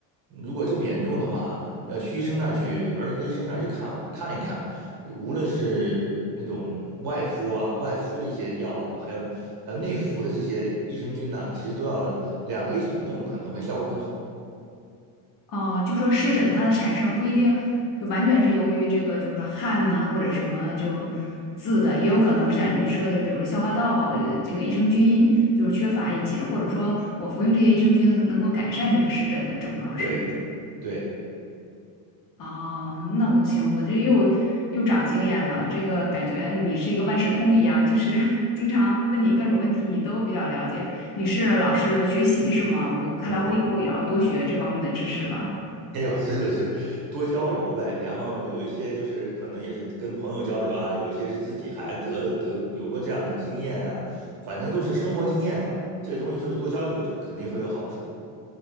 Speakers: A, on the right; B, on the left.
A: 如果这么严重的话，要去医生那儿去儿科医生那儿去看看一看，无论是那种外敷啊、外敷的一些药啊，还有还有内服的这些益生菌呢、其实都要两个一起弄，可能会效果更好。
B: 哦，就说湿疹它的产生不一定就完全是由于这个，就是汗呐、或者什么这种渍的，也有可能是像你说的，比如消化道呃这个益生菌就是缺乏引起的，或者说我服用这些益生菌能够改善这个湿疹的症状，是吗？
A: 对对，
B: 哦，那不行，我这又又长经验了。这个感觉你是一个万事通一样，就是 <laughs> 经常问你各种问题，你都比较了解。你是老是学习是吗？我看来我以后也要多学这方面的知识了。
A: <laughs> 哎呦，这就是多交流呗。然后有一些就是可能也是跟朋友交流啊，有一些是自己孩子得得有过这样的经验啊，反正都是生活经验吧。这个东西就是多交流，就肯定会有好处。